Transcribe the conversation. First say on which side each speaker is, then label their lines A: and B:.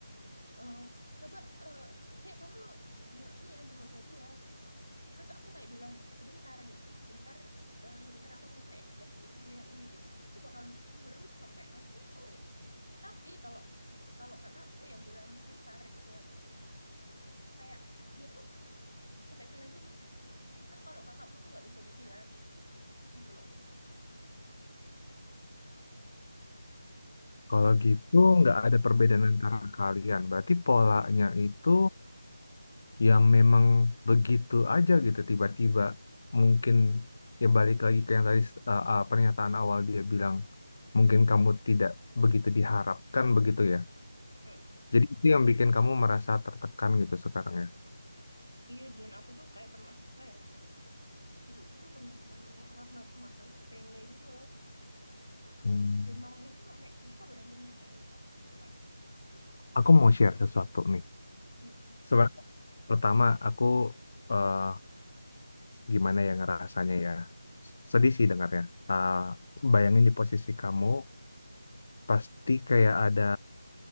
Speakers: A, on the left; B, on the left.
A: Eh, coba eh dek kamu ya, ini ya jemur baju ya gitu Terus aku kayak bilang sebentar gitu, sebentar eh, sebentar aku nyelesain tugasku dulu yang ini gitu. Ibuku bakal cemberut sampai nanti sore. Tapi kalau kalau kakakku yang bilang sebentar gitu kan, kayak dia tuh sampai bilang gini, ah kalau kakakmu tuh nggak bisa dibilangin gitu loh.
B: Kalau gitu, nggak ada perbedaan antara kalian. Berarti polanya itu yang memang begitu aja gitu tiba-tiba mungkin ya balik lagi ke yang tadi eh, eh, pernyataan awal dia bilang mungkin kamu tidak begitu diharapkan begitu ya
A: Hmm.
B: jadi itu yang bikin kamu merasa tertekan gitu sekarang ya
A: Iya dan aku tuh kayak pernah kayak ibuku tuh pernah marah karena cuma hal sepele gitu loh.
B: Hmm.
A: Dan marahnya tuh sampai kita berantem gede loh Kak. Pernah.
B: aku mau share sesuatu nih
A: Mm-mm.
B: sebenarnya pertama aku eh, gimana ya ngerasanya ya sedih sih dengarnya Eh, bayangin di posisi kamu pasti kayak ada